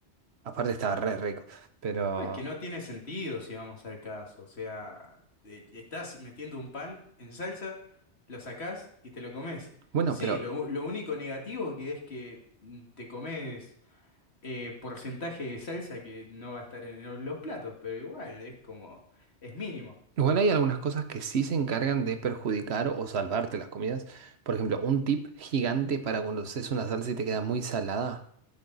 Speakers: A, on the right; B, on the left.
A: Aparte estaba re rico, pero
B: No, Es que no tiene sentido si vamos al caso. O sea, eh, estás metiendo un pan en salsa, lo sacás y te lo comes.
A: bueno,
B: Sí,
A: pero
B: lo, lo único negativo que es que mm, te comes eh, porcentaje de salsa que no va a estar en los, los platos, pero igual es como, es mínimo.
A: Igual hay algunas cosas que sí se encargan de perjudicar o salvarte las comidas. Por ejemplo, un tip gigante para cuando haces una salsa y te queda muy salada,